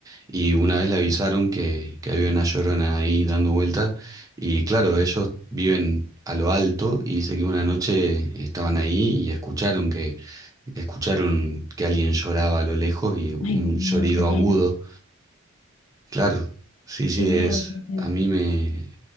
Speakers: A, on the right; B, on the left.
A: Y una vez le avisaron que, que había una llorona ahí dando vuelta. Y claro, ellos viven a lo alto y dice que una noche estaban ahí y escucharon que, escucharon que alguien lloraba a lo lejos y
B: Ay,
A: un
B: no,
A: llorido
B: qué miedo.
A: agudo. Claro, sí, sí,
B: Qué miedo,
A: es,
B: qué miedo.
A: a mí me,